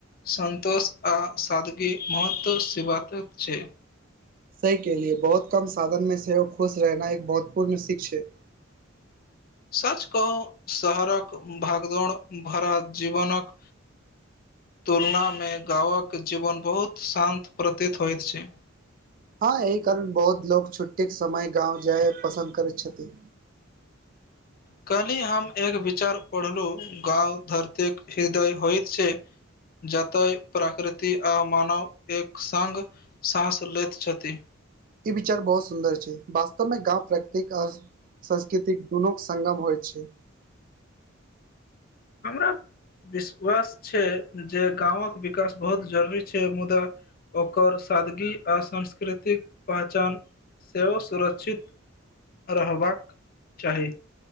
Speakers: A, on the left; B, on the right.
A: संतोष आ सादगी महत्व सी बात छै
B: सही कहलियै बहुत कम साधन मे सेहो खुश रहनाइ एक महत्वपूर्ण सीख छै <inaudible>
A: सच कहूं शहरक भागदौड़ भरा जीवनक तुलनामे गांवक जीवन बहुत शान्त प्रतीत होइत छै
B: हँ एहि कारण बहुत लोक छुट्टीके समय गाँव जाय पसन्द करैत छथि <inaudible>
A: कल्हि हम एक विचार पढ़लू गाँंव धरतीक हृदय होयइत छै जतय प्राकृति आ मानव एक संग साँस लैत छथि
B: ई विचार बहुत सुन्दर छै वास्तवमे गाँव प्राकृतिक अ सांस्कृतिक दुनूक संगम होइत छै
A: हमरा विश्वास छै जे गामक विकास बहुत जरूरी छै मुदा ओकर सादगी आ सांस्कृतिक पहचान सेहो सुरक्षित रहबाक चाही